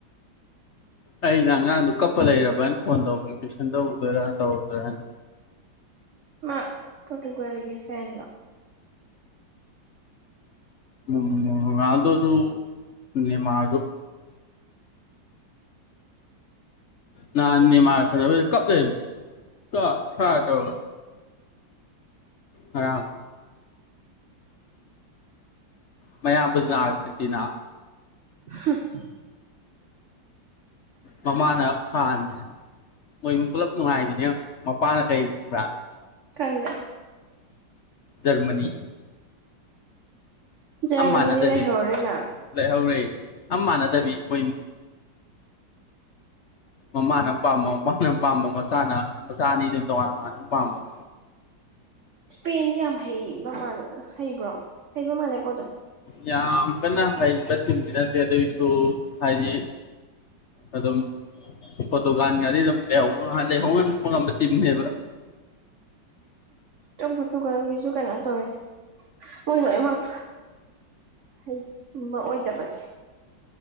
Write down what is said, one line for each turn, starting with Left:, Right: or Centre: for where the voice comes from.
Left: ꯑꯩꯅ ꯑꯉꯥꯡꯗꯣ ꯀꯞꯄ ꯂꯩꯔꯕꯅ ꯐꯣꯟ ꯇꯧꯒꯤ ꯇꯨꯏꯁꯟ ꯇꯧꯗꯣꯏꯔꯥ ꯇꯧꯔꯗꯣꯏꯔꯥꯅ
Right: ꯃꯥ ꯄꯣꯇꯨꯒ꯭ꯜꯒꯤ ꯐꯦꯟ ꯂꯣ
Left: ꯎꯝ ꯔꯣꯅꯥꯜꯗꯣꯖꯨ ꯅꯦꯃꯥꯔꯖꯨ ꯅꯍꯥꯟ ꯅꯦꯃꯥꯔ ꯁꯥꯟꯅꯕꯩꯗꯣ ꯀꯞ ꯂꯩꯔꯝꯃꯤ ꯁꯥꯔ ꯁꯥꯔ ꯇꯧꯔꯒ ꯉꯔꯥꯡ ꯃꯌꯥꯝꯕꯗꯨꯅ ꯑꯥꯔꯖꯦꯟꯇꯤꯅꯥ
Right: ꯍꯨꯝ
Left: ꯃꯃꯥꯅ ꯐꯍꯟ ꯃꯣꯏꯃꯨꯡ ꯄꯨꯂꯞ ꯅꯨꯡꯉꯥꯏꯕꯤꯅꯦꯉꯣ ꯃꯄꯥꯅ ꯀꯔꯤ ꯐꯪꯕ꯭ꯔꯥ
Right: ꯈꯪꯗꯦ
Left: ꯖꯔꯃꯅꯤ
Right: ꯖꯔꯃꯅꯤꯗꯤ
Left: ꯑꯝ ꯃꯥꯟꯅꯗꯕꯤ
Right: ꯂꯩꯍꯧꯔꯦꯅ
Left: ꯂꯩꯍꯧꯔꯦ ꯑꯝ ꯃꯥꯟꯅꯗꯕꯤ ꯃꯣꯏ ꯃꯃꯥꯅ ꯑꯝ ꯄꯥꯝꯕ ꯃꯄꯥꯅ ꯑꯝ ꯄꯥꯝꯕ ꯃꯆꯥꯅ ꯃꯆꯥ ꯑꯅꯤꯗꯣ ꯇꯣꯉꯥꯟ ꯇꯣꯉꯥꯟꯕ ꯄꯥꯝꯕ
Right: ꯁꯄꯦꯟꯖꯦ ꯌꯥꯝ ꯍꯩꯕꯃꯥꯜ ꯍꯩꯕ꯭ꯔꯣ ꯍꯩꯕ ꯃꯥꯜꯂꯦꯀꯣ ꯑꯗꯨꯝ
Left: ꯌꯥꯝ ꯀꯟꯅ ꯍꯥꯏꯕ ꯇꯤꯝꯗꯤ ꯅꯠꯇꯦ ꯑꯗꯨꯏꯁꯨ ꯍꯥꯏꯗꯤ ꯑꯗꯨꯝ ꯐꯣꯇꯣꯀꯥꯟꯒꯒꯥꯗꯤ ꯑꯗꯨꯝ ꯂꯩꯍꯧꯕ ꯂꯩꯍꯧꯟꯕ ꯉꯝꯕ ꯇꯤꯝꯅꯦꯕ
Right: ꯎꯝ ꯄꯣꯔꯇꯨꯒꯜꯒꯤꯁꯨ ꯀꯩꯅꯣ ꯇꯧꯋꯤꯅꯦ ꯃꯣꯏ ꯂꯣꯏꯅꯃꯛ ꯍꯩꯒꯨꯝꯕ ꯑꯣꯏꯗꯕꯁꯦ